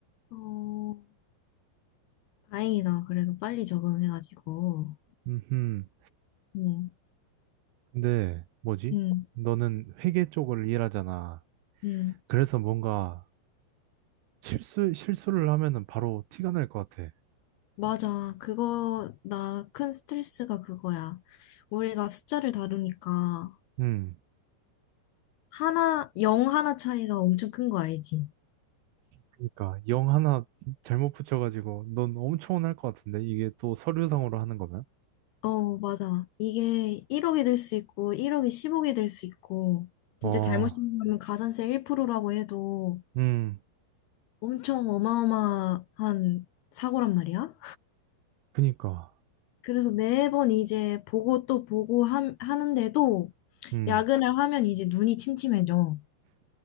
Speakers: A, on the left (about 80°); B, on the right (about 80°).
A: 어, 다행이다. 그래도 빨리 적응해가지고.
B: 음,
A: 음,
B: 근데 뭐지?
A: 음,
B: 너는 회계 쪽을 일하잖아.
A: 음.
B: 그래서 뭔가 실수 실수를 하면은 바로 티가 날 것 같아.
A: 맞아. 그거, 나 큰 스트레스가 그거야. 우리가 숫자를 다루니까,
B: 음,
A: 하나, 영 하나 차이가 엄청 큰 거 알지?
B: 그러니까 영 하나 잘못 붙여가지고 넌 엄청 혼날 것 같은데 이게 또 서류상으로 하는 거면?
A: 어, 맞아. 이게 1억이 될 수 있고, 1억이 10억이 될 수 있고, 진짜
B: 어,
A: 잘못 신고하면 가산세 1%라고 해도
B: 음,
A: 엄청 어마어마한 사고란 말이야.
B: 그니까,
A: 그래서 매번 이제 보고 또 보고 하, 하는데도
B: 음,
A: 야근을 하면 이제 눈이 침침해져.